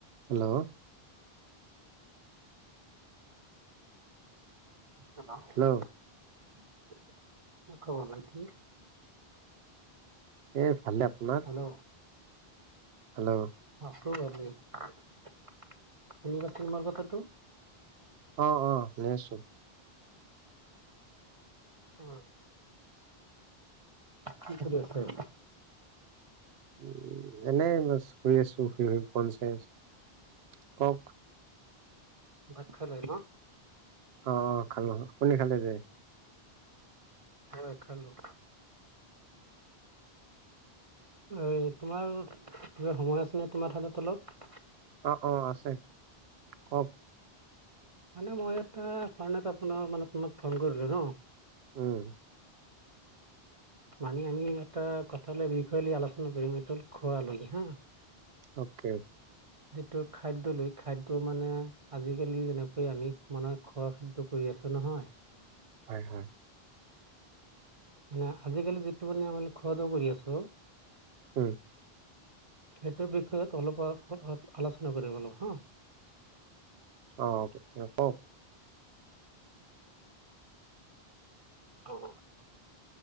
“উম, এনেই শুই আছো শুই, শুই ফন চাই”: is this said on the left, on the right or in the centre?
Right